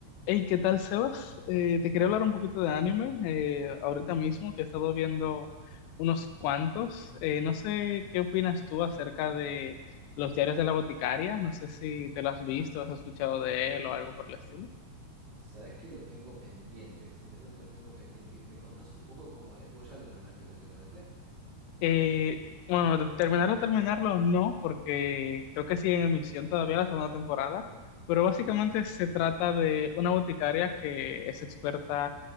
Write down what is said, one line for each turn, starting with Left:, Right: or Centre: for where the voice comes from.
Left: Hey, ¿qué tal, Sebas? Eh, te quería hablar un poquito de anime eh, ahorita mismo, que he estado viendo unos cuantos. Eh, no sé qué opinas tú acerca de los diarios de la boticaria. No sé si te lo has visto, has escuchado de él o algo por el estilo.
Right: Sabes que lo tengo pendiente, sinceramente los tengo pendiente. ¿Me contás un poco cómo es? ¿Vos ya lo terminaste completamente?
Left: Eh, bueno, de terminarlo, terminarlo no, porque creo que sigue en emisión todavía la segunda temporada. Pero básicamente
Right: Ok,
Left: se trata de una boticaria que es experta